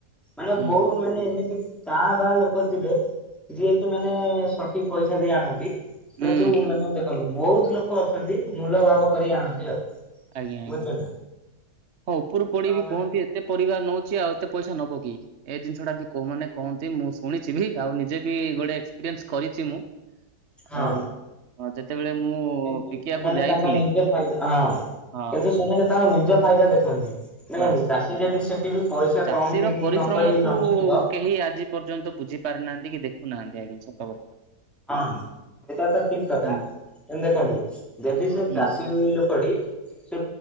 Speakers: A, in the centre; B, on the right (about 50°).
A: ମାନେ
B: ହୁଁ
A: ବୋଉ ମାନେ ଏମିତି କା ବା ଲୋକ ଥିବେ ଯିଏକି ମାନେ ସଠିକ ପଇସା ଦେଇ ଆଣନ୍ତି।
B: ହୁଁ
A: କିନ୍ତୁ ମାନେ ଦେଖନ୍ତୁ ବହୁତ ଲୋକ ଅଛନ୍ତି ମୂଲ ଭାଗ କରିକି ଆଣନ୍ତି ଆଉ।
B: ଆଜ୍ଞା ଆଜ୍ଞା।
A: ବୁଝୁଛନ୍ତି ନା।
B: ହଁ ଉପରୁ ପଡେଇିବି
A: ତ ମାନେ
B: କୁହନ୍ତି ଏତେ ପରିବାାର ନଉଛି ଆଉ ଏତେ ପଇସା ନବ କିଏ। ଏଇ ଜିନିଷ ଟା ବି କୋ ମାନେ କୁହନ୍ତି ମୁଁ ଶୁଣିଛି ବି ଆଉ ନିଜେ ବି ଗୋଟେ ଏକ୍ସପିରିଏନ୍ସ କରିଛି ମୁଁ।
A: ହଁ।
B: ଆଉ ହଁ ଯେତେବେଳେ ମୁଁ
A: କିନ୍ତୁ
B: ବିକିବାକୁ
A: ସେମାନେ
B: ଯାଇଥିଲି
A: ତାଙ୍କ ନିଜେ ଫାଇଦା ହଁ
B: ହଁ
A: କିନ୍ତୁ ସେମାନେ ତା ନିଜ ଫାଇଦା ଦେଖନ୍ତି।
B: ବାସ୍।
A: ନ ଚାଷୀ ଯଦି ସେଠି ବି ପଇସା
B: ଚାଷୀର
A: କମ
B: ପରିଶ୍ରମକୁ
A: ନକ ନବିକିବ
B: କେହି ଆଜି ପର୍ଯ୍ୟନ୍ତ ବୁଝି ପାରାରୁନାହାନ୍ତି କି ଦେଖୁନାହାନ୍ତି ଆଜ୍ଞା ସତ କଥା।
A: ହଁ ସେଇଟା ତ ଠିକ କଥା
B: ହୁଁ
A: ଏମତି ଦେଖନ୍ତୁ ଯଦି ସେ
B: ହୁଁ
A: ଚାଷୀ ଲୋକଟି ସେ